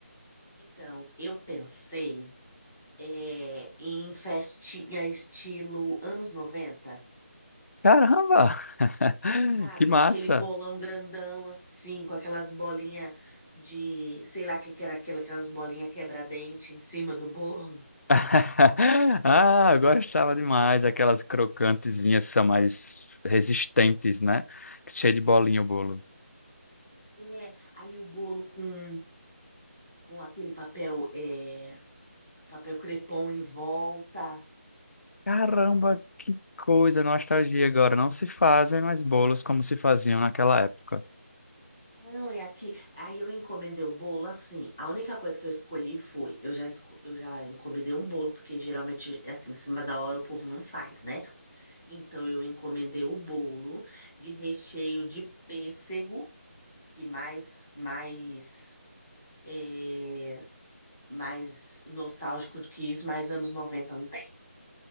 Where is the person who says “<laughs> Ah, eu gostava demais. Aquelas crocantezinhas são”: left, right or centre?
Left